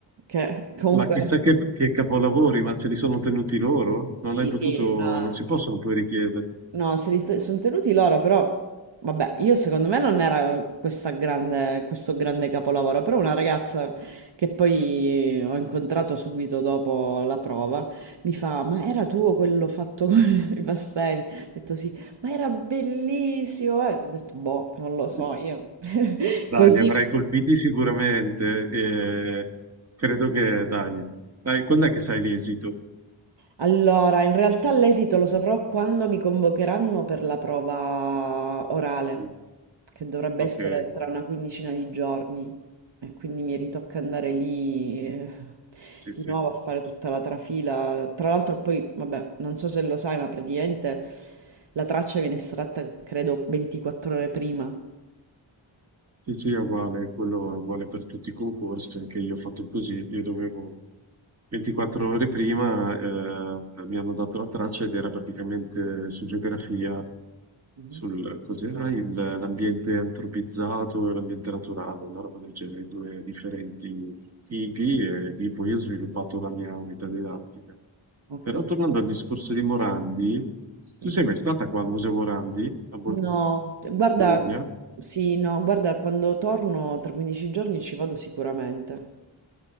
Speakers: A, on the right; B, on the right.
A: che comunque
B: ma chissà che, che capolavori, ma se li sono tenuti loro?
A: sì,
B: Non hai potuto,
A: sì, no,
B: non si possono poi richiedere.
A: no, se li sta- sono tenuti loro, però vabbè, io secondo me non era questa grande, questo grande capolavoro, però una ragazza che poi ho incontrato subito dopo la prova mi fa, ma era tuo quello
B: Sì,
A: fatto con <laughs> i pastelli? Ho detto sì, ma era bellissimo, eh. Ho detto boh, non lo so,
B: sì, sì,
A: io
B: sì.
A: <laughs>
B: Dai,
A: così...
B: li avrai colpiti sicuramente e credo che, dai, dai, quando è che sai l'esito?
A: Allora, in realtà l'esito lo saprò quando mi convocheranno per la prova orale,
B: Mm.
A: che dovrebbe
B: Okay,
A: essere tra una quindicina di giorni, e quindi mi ritocca andare lì eh,
B: sì,
A: di
B: sì.
A: nuovo a fare tutta la trafila. Tra l'altro poi, vabbè, non so se lo sai, ma praticamente la traccia viene estratta, credo, 24 ore prima.
B: Sì, sì, è uguale, quello è uguale per tutti i concorsi, anche io ho fatto così, io dovevo 24 ore prima, eh, mi hanno dato la traccia ed era praticamente su geografia,
A: Mhm.
B: sul cos'era il- l'ambiente antropizzato e l'ambiente naturale, una roba del genere, due differenti tipi e lì poi ho sviluppato la mia unità didattica.
A: Ok,
B: Però tornando al discorso di Morandi,
A: sì.
B: tu sei mai stata qua al Museo Morandi, a
A: No, guarda,
B: Bologna?
A: sì, no, guarda, quando torno tra 15 giorni ci vado sicuramente.